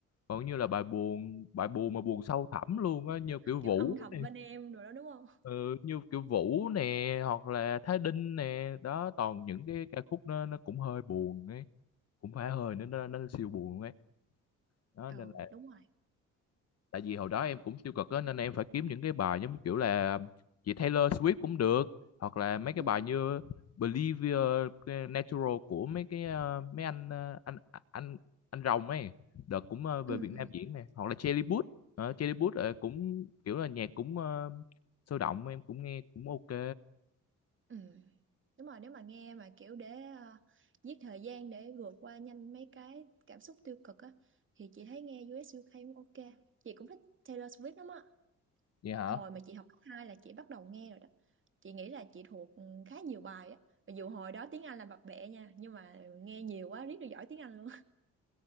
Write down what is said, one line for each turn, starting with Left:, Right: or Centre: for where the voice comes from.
Left: còn như là bài buồn bài buồn mà buồn sâu thẳm luôn á như kiểu
Right: Kiểu
Left: Vũ
Right: âm thầm
Left: nè
Right: bên em rồi đó đúng không?
Left: ừ, như kiểu Vũ nè hoặc là Thái Đinh nè đó toàn những cái ca khúc nó nó cũng hơi buồn ấy cũng phải hơi nữa nó nó siêu buồn ấy đó
Right: Ừ,
Left: nên là
Right: đúng rồi.
Left: tại vì hồi đó em cũng tiêu cực á nên em phải kiếm những cái bài giống như kiểu là chị Taylor Swift cũng được hoặc là mấy cái
Right: Ừ,
Left: bài như Believe Your Natural của mấy cái ờ, mấy anh ờ, anh anh anh rồng ấy đợt cũng ờ, về
Right: ừ,
Left: Việt Nam
Right: ừ.
Left: diễn này hoặc là Charlie Puth Ờ, Charlie Puth ờ, cũng kiểu là nhạc cũng ờ, sôi động em cũng nghe cũng ok
Right: ừ. Đúng rồi, nếu mà nghe mà kiểu để ờ, giết thời gian để vượt qua nhanh mấy cái cảm xúc tiêu cực á thì chị thấy nghe US UK cũng ok. Chị cũng thích Taylor Swift lắm á.
Left: vậy hả
Right: Hồi mà chị học cấp 2 là chị bắt đầu nghe rồi đó. Chị nghĩ là chị thuộc ừ, khá nhiều bài á. Mặc dù hồi đó tiếng Anh là bập bẹ nha, nhưng mà nghe nhiều quá riết được giỏi tiếng Anh luôn.